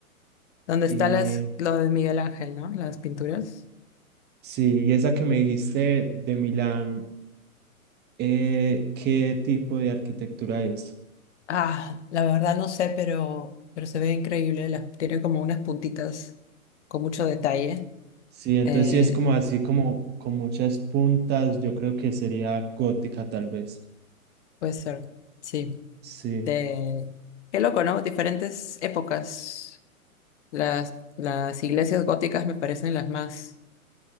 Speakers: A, on the left (about 50°); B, on the right (about 25°).
A: ¿Dónde
B: Y
A: está las, lo de Miguel Ángel, ¿no? Las pinturas.
B: sí, y esa que me dijiste de Milán, eh, ¿qué tipo de arquitectura es?
A: Ah, la verdad no sé, pero, pero se ve increíble, las, tiene como unas puntitas con mucho detalle.
B: Sí, entonces
A: Eh,
B: sí es como así como con muchas puntas, yo creo que sería gótica tal vez.
A: puede ser, sí.
B: Sí.
A: De... Qué loco, ¿no? Diferentes épocas. Las, las iglesias góticas me parecen las más,